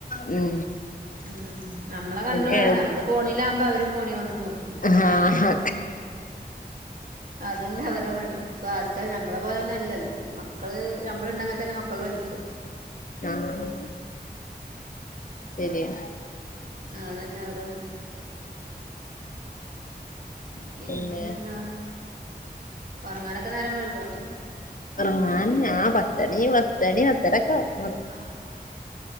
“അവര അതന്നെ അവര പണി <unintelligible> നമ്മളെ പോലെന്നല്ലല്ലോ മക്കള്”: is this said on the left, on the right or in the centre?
Right